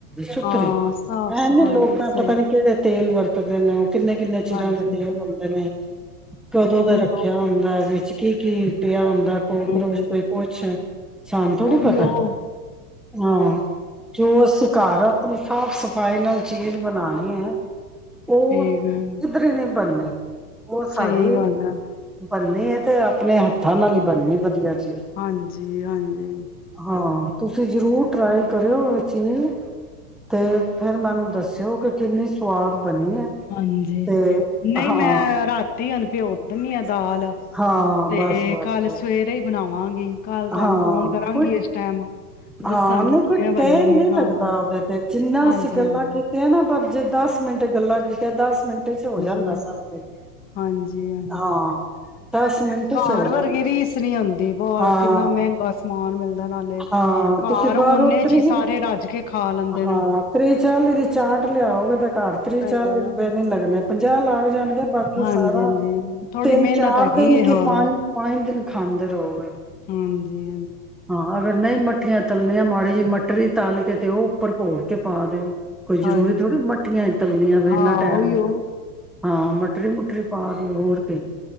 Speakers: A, in the centre; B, on the left (about 20°).
A: ਸੁ <unintelligible>
B: ਹਾਂ ਸਾਫ਼ ਸਫ਼ਾਈ
A: ਇਨੇ ਲੋਕ
B: ਦੀ ਸਹੀ
A: ਆ ਪਤਾ ਨੀ ਕਿਹੜੇ ਤੇ ਮਲ ਬਰਤਦੇ ਨਾ ਕਿੰਨੇ ਕਿੰਨੇ ਚਿਰਾਂ
B: ਹਾਂਜੀ
A: ਦੇ
B: ਹਾਂਜੀ
A: ਤੇਲ ਹੁੰਦੇ ਨੇ ਕਦੋਂ ਦਾ
B: ਉਹੀ
A: ਰੱਖਿਆ ਹੁੰਦਾ ਵਿੱਚ ਕੀ ਕੀ ਪਿਆ ਹੁੰਦਾ ਕੋਕੋਚ
B: ਹੂੰ
A: ਕੋਈ ਕੁਛ ਸਾਨੂੰ ਥੋੜੀ
B: ਉਹੀ
A: ਪਤਾ
B: ਉਹ
A: ਹਾਂ ਜੋ ਅਸੀਿਕਾਰ ਆ ਆਪਣੇ ਸਾਫ਼ ਸ ਫਾਈ ਨਾਲ ਚੀਜ਼ ਬਣਾਉਣੀ ਹੈ ਉਹ
B: ਠੀਕ ਹੈ
A: ਕਿੱਧਰੇ ਨੇ ਬੰਨੇ ਉਹ ਸਾਡੇ
B: ਸਹੀ ਗੱਲ ਹੈ
A: ਬੰਨੇ ਹੈ ਤੇ ਆਪਣੇ ਹੱਥਾਂ ਨਾਲ ਨਿ ਬਣਨਨੀ ਵਧੀਆ ਚੀਜ਼
B: ਹਾਂਜੀ ਹਾਂਜੀ
A: ਹਾਂ ਤੁਸੀਂ ਜ਼ਰੂਰ ਟਰਾਈ ਕਰਿਓ ਇਹ ਚੀਜ਼ ਤੇ ਫੇਰ ਮੈਨੂੰ ਦੱਸਿਓ ਕਿ ਕਿੰਨੀ ਸਵਾਦ ਬਣੀ ਹੈ
B: ਹਾਂਜੀ
A: ਤੇ
B: ਨਹੀਂ
A: ਹਾਂ
B: ਮੈਂ ਰਾਤੀ ਅਣ ਭਿਓ ਦਿੰਦੀ ਹ ਦਾਲ
A: ਹਾਂ
B: ਤੇ
A: ਬਸ ਬਸ
B: ਕੱਲ
A: ਬਸ
B: ਸਵੇਰੇ ਹੀ ਬਣਾਵਾਂਗੀ ਕੱਲ ਤੁਹਾਨੂੰ
A: ਹਾਂ
B: ਫੋਨ ਕਰਾਂਗੀ
A: ਕੋਈ
B: ਇਸ ਟੈਮ
A: ਹਾਂ
B: ਦੱਸਾਂਗੀ
A: ਨਹੀਂ
B: ਕਿਵੇਂ
A: ਕੋਈ
B: ਬਣਨੀ
A: ਟਾਈਮ ਨਹੀਂ
B: ਏ ਹਾਂ
A: ਲੱਗਦਾ ਉਹਦੇ ਤੇ ਜਿੰਨਾ
B: ਹਾਂਜੀ
A: ਅਸੀਂ ਗੱਲਾਂ
B: ਹਾਂਜੀ
A: ਕੀਤੀਆਂ ਨਾ ਪਰ ਜੇ ਦਸ ਮਿੰਟ ਗੱਲਾਂ ਕੀਤੀ ਤੇ ਦਸ ਮਿੰਟ ਚ ਹੋ ਜਾਂਦਾ
B: ਹਾਂਜੀ
A: ਸਭ ਕੁਝ
B: ਹਾਂਜੀ ਹਾਂਜੀ
A: ਹਾਂ ਦਸ ਮਿੰਟ ਚ
B: ਘਰ
A: ਹੋ ਜਾਂਦਾ
B: ਵਰਗੀ ਰੀਸ ਨਹੀ ਆਉਂਦੀ ਬਾਰ
A: ਹਾਂ
B: ਕਿੰਨਾ ਮਹਿੰਗਾ ਸਮਾਨ ਮਿਲਦਾ ਨਾਲੇ
A: ਹਾਂ
B: ਘਰ
A: ਤੁਸੀਂ ਬਾਹਰੋਂ
B: ਓਨੇ ਚ
A: ਤੀ੍ਹ
B: ਹੀ ਸਾਰੇ ਰੱਜ ਕੇ ਖਾ ਲੈਂਦੇ
A: ਹਾਂ
B: ਨੇ।
A: ਤੀ੍ਹ ਚਾਲੀ ਦੀ ਚਾਰਟ ਲਿਆਓਗੇ ਤਾਂ ਘਰ ਤ੍ਰੀਹ
B: ਸਹੀ
A: ਚਾਲੀ
B: ਗੱਲ
A: ਰੁਪਏ
B: ਆ।
A: ਨੀ ਲੱਗਣੇ ਪੰਜਾਹ ਲੱਗ ਜਾਣਗੇ ਬਾਕੀ
B: ਹਾਂਜੀ
A: ਸਾਰਾ
B: ਹਾਂਜੀ ਥੋੜ੍ਹੀ
A: ਤਿੰਨ
B: ਮਿਹਨਤ
A: ਚਾਰ
B: ਹੈਗੀ
A: ਤਿੰਨ
B: ਹੈ
A: ਕਿ
B: ਹਾਂ
A: ਪੰਜ ਪੰਜ ਦਿਨ ਖਾਂਦੇ ਰਹੋਗੇ
B: ਹਾਂਜੀ
A: ਹਾਂ ਫੇਰ ਨਹੀਂ ਮੱਠੀਆਂ ਤਲਣੀਆਂ ਮਾੜੀ ਜਿਹੀ ਮਟਰੀ ਤਲ ਕੇ ਤੇ ਉਹ ਉੱਪਰ ਭੋਰ ਕੇ ਪਾ ਦਿਓ ਕੋਈ ਜ਼ਰੂਰੀ
B: ਹਾਂਜੀ
A: ਥੋੜ੍ਹੀ ਮੱਠੀਆਂ ਹੀ ਤਲਣੀਆਂ ਵੇ
B: ਹਾਂ
A: ਇੰਨਾ ਟੈਮ
B: ਉਹੀਓ
A: ਹਾਂ ਮਟਰੀ ਮੁਟਰੀ ਪਾ ਦਿਓ ਹੋਰ ਕੇ